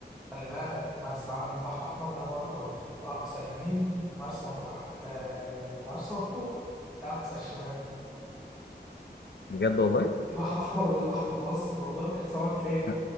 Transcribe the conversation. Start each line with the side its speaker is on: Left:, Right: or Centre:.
Centre: خلي بالك مرسى علم دي بحر احمر انما مر- في اقصى اليمين مرسى مطروح آه، مرسى مطروح في اقصى الشمال
Left: بجد والله
Centre: دي بحر احمر وده بحر متوسط والله <laughs> صباح الخير
Left: أ-